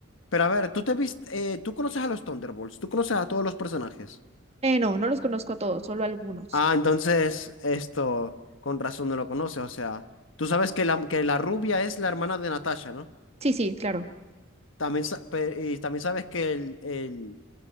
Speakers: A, on the left; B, on the right.
A: Pero a ver, tú te viste, eh, tú conoces a los Thunderbolts, tú conoces a todos los personajes.
B: Eh, no, no los conozco a todos, solo algunos.
A: Ah, entonces esto, con razón no lo conoces. O sea, tú sabes que la, que la rubia es la hermana de Natasha, ¿no?
B: Sí, sí, claro.
A: También, sa- pe- y también sabes que el, el,